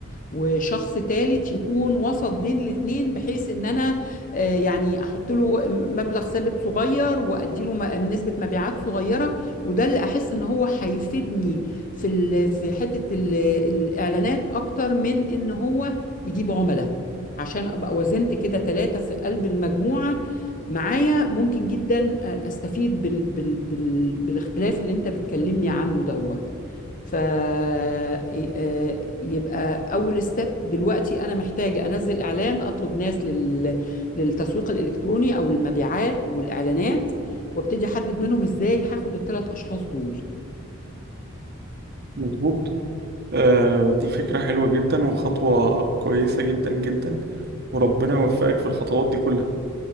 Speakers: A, on the left; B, on the right.
A: وشخص تالت يكون وسط بين الاتنين بحيث ان انا آه، يعني احط له مبلغ ثابت صغير وادي له م- نسبة مبيعات صغيرة وده اللي احس ان هو هيفيدني في ال- في حتة ال- الاعلانات اكتر من ان هو يجيب عملاء عشان ابقى وزنت كده ثلاثة في قلب المجموعة معايا ممكن جدا آه، استفيد بال... بال... بال... بالاختلاف اللي انت بتكلمني عنه ده فيبقى اول ستيب دلوقتي انا محتاجه انزل اعلان اطلب ناس لل... للتسويق الالكتروني او المبيعات والاعلانات وابتدي احدد منهم ازاي هاخد الثلاث اشخاص دول
B: مظبوط آه، دي فكرة حلوة جدا وخطوة كويسة جدا جدا وربنا يوفقك في الخطوات دي كلها